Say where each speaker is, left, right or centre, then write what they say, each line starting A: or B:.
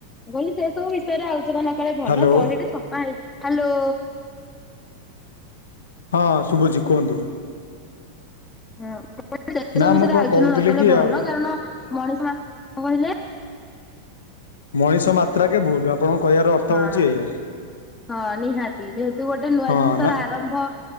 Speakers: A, on the left; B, on the left.
A: କହିଲି, ସେ ସବୁ ବିଷୟରେ ଆଲୋଚନା ନ କରିବା
B: ହ୍ୟାଲୋ
A: ଭଲ ବହିରେ ଛପା ହେଇଛି ହ୍ୟାଲୋ!
B: ହଁ ଶୁଭୁଜୀ କୁହନ୍ତୁ!
A: ବ ବିଷୟରେ
B: ନା ମୁଁ କଣ
A: ଆଲୋଚନା
B: କହୁଥିଲି
A: ନ କଲେ
B: କି
A: ଭଲ,
B: ଆଉ
A: କାରଣ ମଣିଷ ମାନ କଣ କହିଲେ
B: ମଣିଷ ମାତ୍ରା କେ ଭୁଲ ର ଅର୍ଥ
A: ହଁ
B: ହେଉଛି ଏଇଆ
A: ହଁ ନିହାତି ଯେହେତୁ, ଗୋଟେ ନୂଆ
B: ହଁ
A: ଜିନିଷର
B: ନା
A: ଆରମ୍ଭ